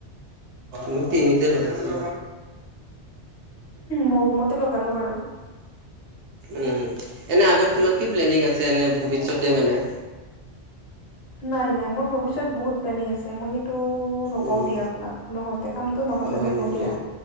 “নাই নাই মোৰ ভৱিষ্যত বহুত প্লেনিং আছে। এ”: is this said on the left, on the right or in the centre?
Left